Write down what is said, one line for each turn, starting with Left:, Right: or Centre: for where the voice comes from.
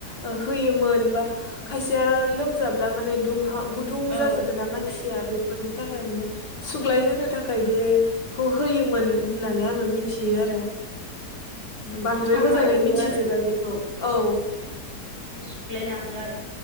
Left: ओ होयोमोन बा
Right: औ
Left: खायसेया लोम जाब्ला माने दुंहाव हा गुदुं
Right: औ
Left: जाजोबोना
Right: गुदुं
Left: मानसिया
Right: जायो
Left: बेफोरो सुग्लाय होनो थाख थाखाय बेखौ
Right: औ
Left: होयोमोन होननानै आङो
Right: औ
Left: मिथियो आरो
Right: माने
Left: बांद्राय
Right: हामारबो
Left: मोजाङै मिथिजोबा
Right: आरो बेफोरो
Left: बेखौ औ
Right: माने सुग्लाय लाङो आरो